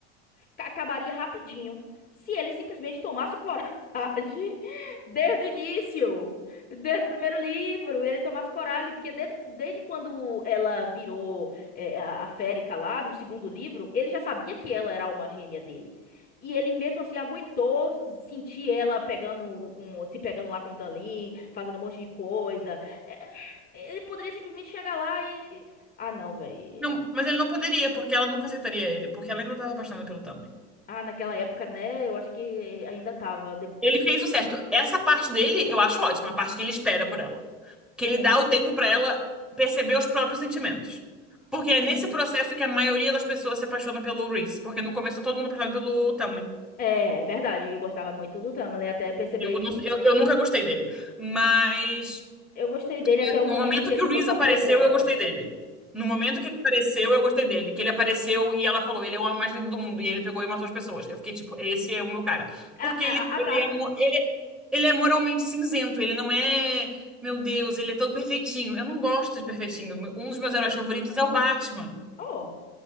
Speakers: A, on the left (about 30°); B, in the centre.
A: acabaria rapidinho se ele simplesmente tomasse coragem <laughs> desde o início, desde o primeiro livro, ele tomasse coragem, porque desde, desde quando ela virou é, a, a Férica lá, no segundo livro, ele já sabia que ela era a alma gêmea dele. E ele mesmo assim aguentou sentir ela pegando com, se pegando lá com o Tanlin, fazendo um monte de coisa. É, Ele poderia simplesmente chegar lá e. Ah, não, velho.
B: Não, mas ele não poderia, porque ela nunca aceitaria ele, porque ela ainda estava apaixonada pelo Tamlin.
A: Ah, naquela época, né? Eu acho que ainda tava.
B: Ele fez o certo. Essa parte dele eu acho ótima, a parte que ele espera por ela. Que ele
A: Hum,
B: dá o tempo pra ela perceber os próprios sentimentos. Porque
A: hum.
B: é nesse processo que a maioria das pessoas se apaixona pelo Reese, porque no começo tá todo mundo apaixonado pelo Tamlin.
A: É, é verdade, eu gostava muito do Tamlin, até perceber
B: Eu, não-
A: que
B: eu, eu nunca gostei dele. Mas
A: eu gostei dele
B: E
A: até o momento
B: no momento
A: que
B: que
A: ele
B: o
A: começou
B: Reese apareceu,
A: a prender ela.
B: eu gostei dele. No momento que ele apareceu, eu gostei dele. Que ele apareceu e ela falou, ele é o homem mais lindo do mundo. E ele pegou e matou as pessoas. Eu fiquei tipo, esse é o meu cara.
A: Ah,
B: Porque
A: é,
B: ele,
A: ah, ah,
B: ele,
A: tá.
B: é, mo- ele, ele é moralmente cinzento. Ele não é, meu Deus, ele é todo perfeitinho. Eu não gosto de perfeitinho. Um dos meus heróis favoritos é o Batman.
A: Oh,